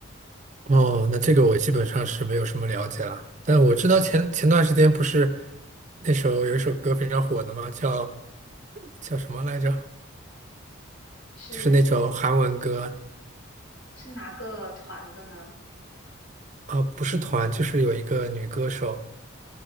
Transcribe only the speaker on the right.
哦，那这个我基本上是没有什么了解了，但我知道前前段时间不是那首有一首歌非常火的嘛，叫叫什么来着？
就是那首韩文歌
啊，不是团，就是有一个女歌手